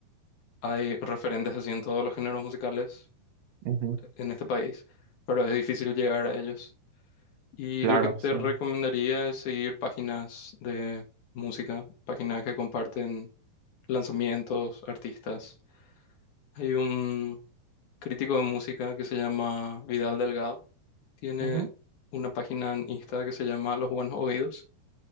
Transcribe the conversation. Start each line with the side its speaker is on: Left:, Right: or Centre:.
Left: hay referentes así en todos los géneros musicales
Right: Ujú,
Left: en este país, pero es difícil llegar a ellos. Y
Right: Claro,
Left: lo que te
Right: sí.
Left: recomendaría es seguir páginas de música, páginas que comparten lanzamientos, artistas. Hay un crítico de música que se llama Vidal Delgado, tiene
Right: ujú.
Left: una página en Insta que se llama Los Buenos Oídos